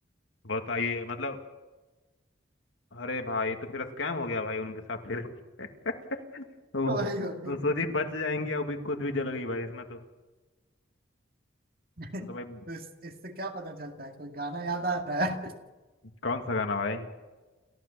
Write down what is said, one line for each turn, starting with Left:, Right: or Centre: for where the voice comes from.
Left: बताइए मतलब अरे भाई तो फिर स्कैम हो गया भाई उनके साथ फिर <laughs> वो
Right: तो भाई भाई
Left: वो सोची बच जाएंगे अभी खुद भी जल गई भाई इसमें तो
Right: तो
Left: तो भाई
Right: इस, इससे क्या पता चलता है कोई गाना याद आ रहा है
Left: कौन सा गाना भाई